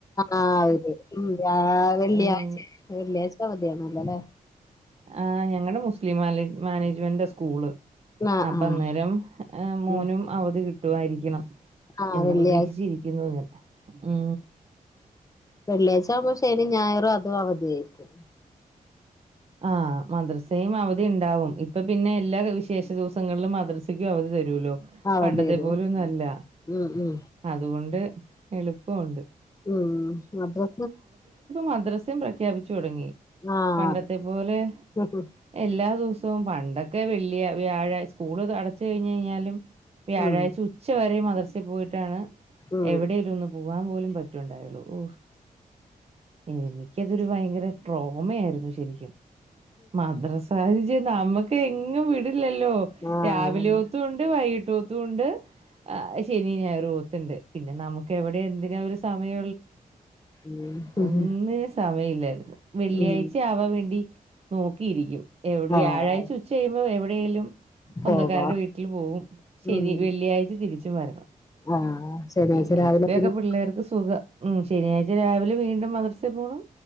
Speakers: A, on the left (about 25°); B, on the right (about 40°).
A: ആ വരും തിങ്കാ വെള്ളിയാഴ്ച
B: ഉം
A: വെള്ളിയാഴ്ച അവധിയണല്ലോ അല്ലേ
B: ആ ഞങ്ങള് മുസ്ലിം മാലേ മാനേജ്മെന്റ് സ്കൂള്
A: ആഹ്
B: അപ്പ
A: ആഹ്
B: അന്നേരം മോനും
A: ഉം
B: അവധി കി കിട്ടുമായിരിക്കണം
A: ആഹ്
B: എന്ന
A: വെള്ളിയാഴ്ച
B: പ്രദേശിച്ചിരിക്കുന്നു ഇങ്ങനെ ഉ
A: വല്ലേ അമ ശന് ഞായറും അതും അവധിയായിരിക്കും
B: ആഹ മദ്രസയും അവധി ഉണ്ടാവും ഇപ്പൊ പിന്നെ എല്ലാ വിശേഷ ദിവസവും ങ്ങളിലും മദ്രസക്കും അവധി തരും
A: അവധി
B: പണ്ടത്തെ
A: വരും
B: പോല ഒന്നും അല്ല
A: ഉം ഉം
B: അതുകൊണ്ട് എളുപ്പമുണ്ട്
A: ഉം അ്ര
B: മദ്രസ്യം പ്രഖ്യാപിച്ചു തുടങ്ങി
A: ആഹ്
B: പണ്ടത്തെ അതേപോലെ
A: അതെ
B: എല്ലാ ദിവസവും പണ്ടൊക്കെ വെള്ളിയ വ്യാഴ സ്കൂള് അടച്ച കഴിഞ്ഞഞ് കഴിഞ്ഞാലും വ്യാഴാഴ്ച
A: ഉം
B: ഉച്ച വരെ മത്ര പോയി
A: ഉം
B: എവിടെലും ഒന്ന് പോവാാൻ പോലും പറ്റണ്ടായുള്ളു ഓ എനിക്ക് അതൊരു ഭയങ്കര ട്രോമ ആയിരുന്നു ശരി മദ്രസ നമുക്ക് എങ്ങ വ ല്ലോ
A: ആഹ്
B: രാവിലെ ഓത്ത കൊൊണ്ട് വൈക് അതൊണ്ട് ശനി ഞായർ ത്തിന്റെ പിന്നെ നമുക്ക് എവിടെ എന് അ ഒരു സമയ
A: ഉം ഉം
B: ഒന്നും സമയല്ല ആ വെള്ളിയാഴ്ച
A: ഉം
B: ആവാൻ വേണ്ട നോക്കിയിരിക്കും എവിടെ
A: ആഹ്
B: വ്യാഴാഴ്ച ഉച്ചഴുമ്പോ എവിടെ േലും സ്വന്തക്കാരുടെ
A: പോവാ
B: വീട്ടിൽ പോകും ശനി
A: ഉം
B: വെള്ളിയാഴ് തിരിച്ചും വരണം
A: ആഹ് ശനിയാഴ്ച
B: പിന്നെ
A: രാവിലെ
B: ഇപ്പൊക്കെ
A: പിന്നെ
B: പിള്ളേർക്ക് സുഖം ഉ ശനിയാഴ്ച രാവിലെ വീണ്ടും മദർസ പോണം